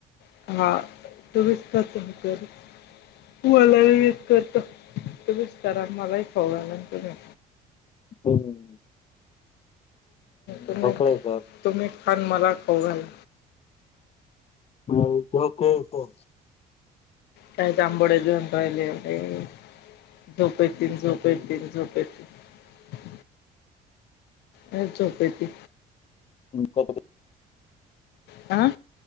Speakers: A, on the left; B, on the left.
A: <unintelligible> तुवाला य करतो त विस्तार मलाही फव आला ना तम'.
B: हो हो....
A: तुम्ही
B: ढोकळेकर
A: खा अन मला खाऊ घाला.
B: मग ढोकळेकर
A: काय जामबोढ दंतहिले- झोपेतील झोपेतील झोपेतील- <inaudible>
B: ह.
A: आ